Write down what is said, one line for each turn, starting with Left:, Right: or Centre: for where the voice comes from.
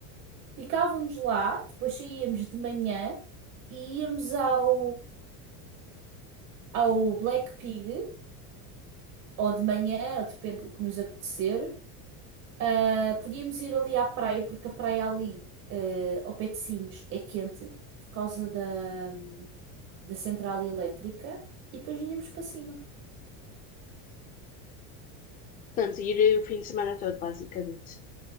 Right: Ficávamos lá, depois saíamos de manhã e íamos ao, ao Black Pig, ou de manhã, ou depende do que nos apetecer. Ah, podíamos ir ali à praia, porque a praia ali, eh, ao pé de Sines, é quente por causa da, da central elétrica e depois vinhamos para cima.
Left: Portanto, ir o fim de semana todo, basicamente.